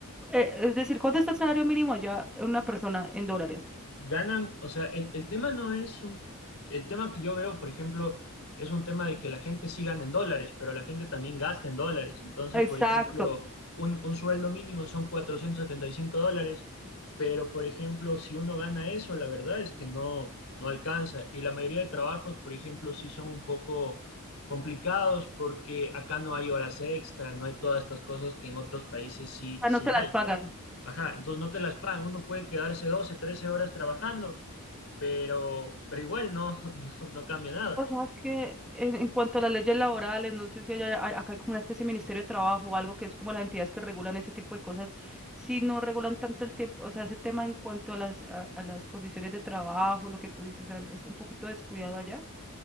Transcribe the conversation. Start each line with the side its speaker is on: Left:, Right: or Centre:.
Centre: eh, es decir, ¿cuánto está el salario mínimo allá una persona en dólares?
Left: ganan, o sea, el, el tema no es un, el tema que yo veo, por ejemplo, es un tema de que la gente sí gana en dólares, pero la gente también gasta en dólares. Entonces,
Centre: Exacto.
Left: por ejemplo, un, un sueldo mínimo son 475 dólares, pero por ejemplo, si uno gana eso, la verdad es que no, no alcanza. Y la mayoría de trabajos, por ejemplo, sí son un poco complicados porque acá no hay horas extra, no hay todas estas cosas que en otros países sí,
Centre: Ah,
Left: sí
Centre: no te las
Left: hay.
Centre: pagan.
Left: Ajá, entonces no te las pagan, uno puede quedarse 12, 13 horas trabajando, pero, pero igual no, <laughs> no, no cambia nada.
Centre: O sea que en, en cuanto a las leyes laborales, no sé si allá- a- acá hay como una especie de Ministerio de Trabajo o algo que es como las entidades que regulan ese tipo de cosas, si no regulan tanto el tiempo, o sea, ese tema en cuanto a las, a, a las condiciones de trabajo, lo que tú dices, o sea, es un poquito descuidado allá.